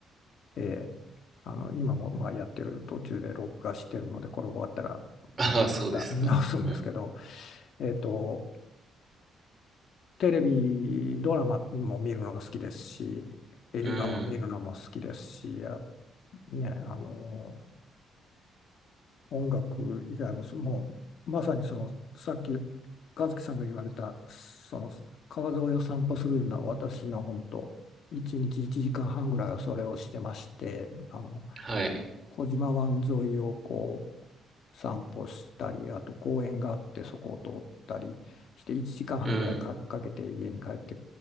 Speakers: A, on the left; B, on the right.
A: えーあの今もまあやってる途中で録画してるのでこれ終わったら
B: ああ、そうですか。
A: また見直すんですけど、
B: うん。
A: えーと、テレビドラマも見るのが好きですし映画を見るのも好きですしあ、
B: うん。
A: ね、あの音楽以外もそもうまさにそのさっき和樹さんが言われたその川沿いを散歩するような私の本当1日1時間半ぐらいはそれをしてましてあの
B: はい。
A: 小島湾沿いをこう散歩したり、あと公園があってそこを通ったりして1時間半ぐらいか、
B: うん。
A: かけて家に帰って